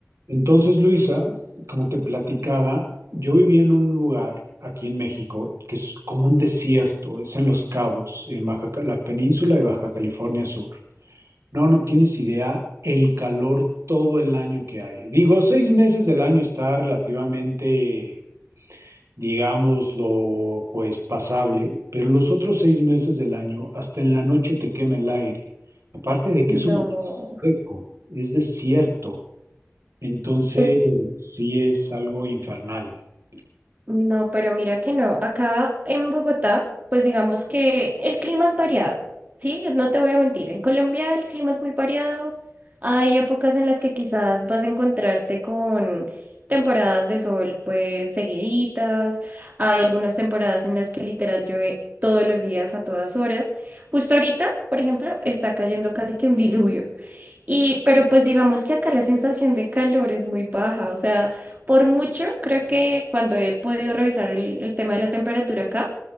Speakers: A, on the right; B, on the right.
A: Entonces, Luisa, como te platicaba, yo viví en un lugar aquí en México que es como un desierto, es en Los Cabos, en Baja, Ca- la península de Baja California Sur. No, no tienes idea el calor todo el año que hay. Digo, seis meses del año está relativamente, digámoslo, pues pasable, pero los otros seis meses del año, hasta en la noche te quema el aire. Aparte de que
B: No,
A: es un lugar seco, es desierto. Entonces,
B: es,
A: sí es algo infernal. <laughs>
B: no, pero mira que no. Acá en Bogotá, pues digamos que el clima es variado, ¿sí? No te voy a mentir. En Colombia el clima es muy variado. Hay épocas en las que quizás vas a encontrarte con temporadas de sol, pues seguiditas. Hay algunas temporadas en las que literal llueve todos los días a todas horas. Justo ahorita, por ejemplo, está cayendo casi que un diluvio. Y, pero pues digamos que acá la sensación de calor es muy baja, o sea, por mucho creo que cuando he podido revisar el, el tema de la temperatura acá,